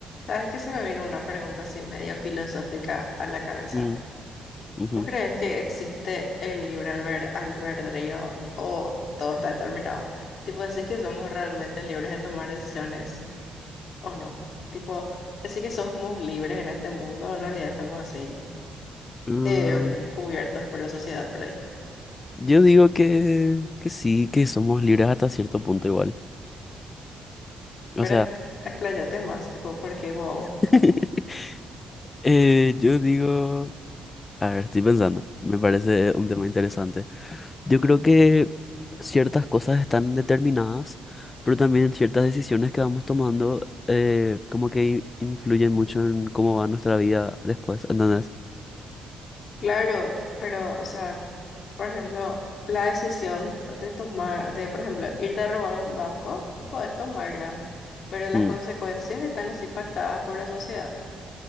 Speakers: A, on the left; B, on the left.
A: ¿Sabes que se me vino una pregunta así medio filosófica a la cabeza?
B: Mm, ujú.
A: ¿Vos crees que existe el libre alber- albedrío o todo está determinado? Tipo, ¿decís que somos realmente libres de tomar decisiones o no? Tipo, ¿decís que somos libres en este mundo? En realidad estamos así,
B: Mm,
A: em, cubiertos por la sociedad por ahí.
B: yo digo que, que sí, que somos libres hasta cierto punto igual. O
A: Pero
B: sea,
A: es- expláyate más, tipo, porque wow.
B: <laughs> eh, yo digo, a ver, estoy pensando, me parece un tema interesante. Yo creo que ciertas cosas están determinadas, pero también ciertas decisiones que vamos tomando eh, como que i- influyen mucho en cómo va nuestra vida después, ¿entendés?
A: Claro, pero, o sea, por ejemplo, la decisión de tomar, de, por ejemplo, irte a robar un banco, puedes tomarla, pero las
B: Mm,
A: consecuencias están así pactadas por la sociedad.